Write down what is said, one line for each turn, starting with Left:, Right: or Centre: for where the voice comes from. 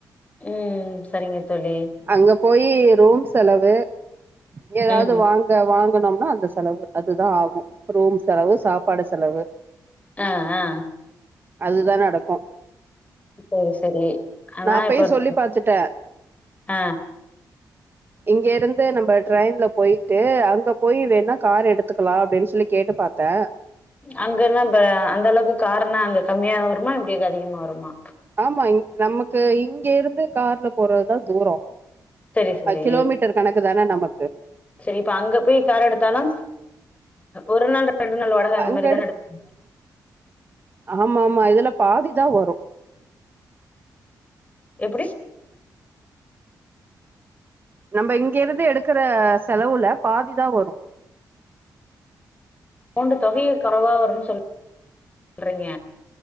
Left: ம் சரிங்க தோழி
Right: அங்க போயி ரூம் செலவு ஏதாவது
Left: ம்
Right: வா ங்க வாங்னம்னா அந்த செலவு அதுதா ஆகு ரூம் செலவு சாப்பாடு செலவு
Left: ஆ ஆ
Right: அதுதா நடக்கு
Left: இப்போ சரி அவ
Right: நா அப்பயு
Left: இப்ப <inaudible>
Right: சொல்லி பாத்துட்டே
Left: ஆ
Right: இங்க இருந்து நம்ப ட்ரெயின்ல போயிட்டு அங்க போய் வேணா கார் எடுத்துக்கலா அப்டி சொல்லி கேட்டு பாத்தே
Left: அங்கனா ப அந்த அளவுக்கு காருணா அங்க கம்மியா வருமா இப்டி அதிகமா வருமா
Right: ஆமா இ நமக்கு இங்க இருந்து கார்ல போறதுதா தூரோ
Left: சரி சரி
Right: அ கிலோமீட்டர் கணக்கு தான நமக்கு
Left: சரி இப்ப அங்க போய் கார் எடுத்தாலு ஒரு நாள் ரெண்டு நாள் வாடக அந்த
Right: அங்க
Left: மாரிதான எடு <inaudible>
Right: ஆமாமா இதுல பாதி தா வரு
Left: எப்டி
Right: நம்ப இங்கிருந்து எடுக்குற செலவுல பாதிதா வரு
Left: மோண்டு தொகையே கறவா வருசொல்றீங்க